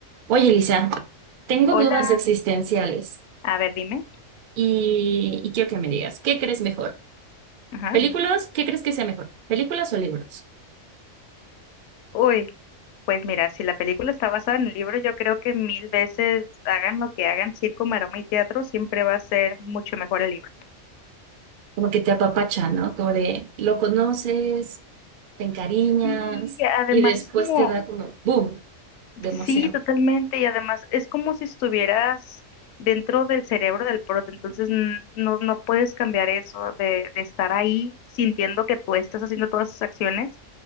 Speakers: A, on the right; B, on the left.
A: Oye, Elisa, tengo
B: Hola,
A: dudas existenciales
B: a ver, dime.
A: y, y quiero que me digas, ¿qué crees mejor?
B: Ajá.
A: ¿Películas? ¿Qué crees que sea mejor? ¿Películas o libros?
B: Uy, pues mira, si la película está basada en el libro, yo creo que mil veces hagan lo que hagan, circo, maroma y teatro, siempre va a ser mucho mejor el libro.
A: Como que te apapachan, ¿no? Como de lo conoces, te encariñas
B: Sí, además
A: y después
B: es como,
A: te da como boom de emoción.
B: sí, totalmente, y además es como si estuvieras dentro del cerebro del prota, entonces n- no, no puedes cambiar eso de, de estar ahí sintiendo que tú estás haciendo todas esas acciones.